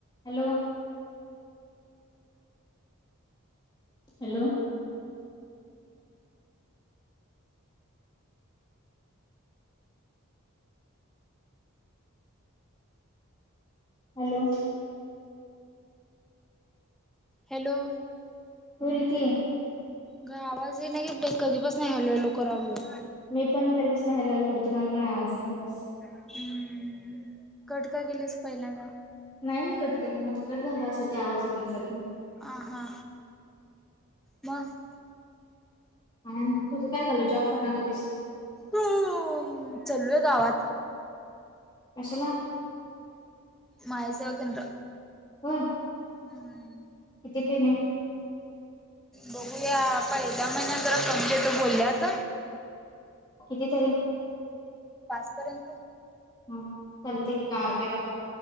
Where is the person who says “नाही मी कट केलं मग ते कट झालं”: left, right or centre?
Left